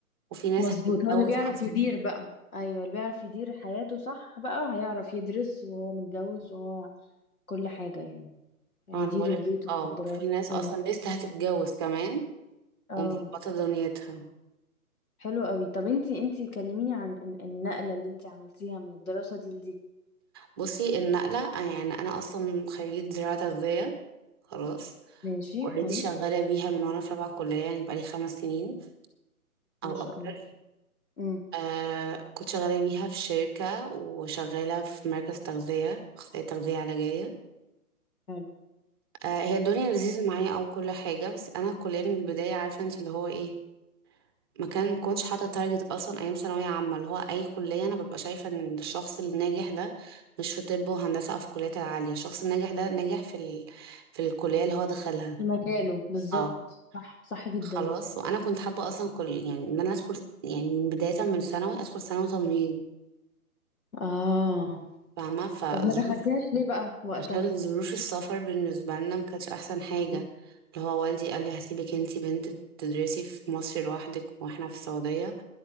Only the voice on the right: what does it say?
وفي ناس
هتتجوز
أصلا
أه، أنا بقولك
اه في ناس
أصلا لسه هتتجوز كمان
ومظبطة دنيتها
بصي النقلة آه يعني أنا أصلا خريجة زراعة تغذية خلاص
اوريدي
شغالة بيها من وأنا في رابعة كلية يعني بقالي خمس سنين
أو
أكتر
آه كنت شغالة بيها في شركة وشغالة في مركز تغذية أخصائية تغذية علاجية
آه هي الدنيا لذيذة معايا أو كل حاجة بس أنا الكلية من البداية عارفة أنت اللي هو إيه ما كان ما كنتش حاطه تارجت اصلا ايام ثانويه عامه اللي هو اي كليه انا ببقى شايفه ان الشخص الناجح ده مش في طب وهندسه او في الكليات العاليه الشخص الناجح ده ناجح في ال... في الكليه اللي هو دخلها
اه
خلاص وانا كنت حابه اصلا كل يعني ان انا ادخل يعني من بدايه من ثانوي ادخل ثانوي تمريض
فاهمه فظروف
عشان ظروف السفر بالنسبه لنا ما كانتش احسن حاجه
اللي هو والدي قال لي هسيبك انتي بنت تدرسي في مصر لوحدك واحنا في السعوديه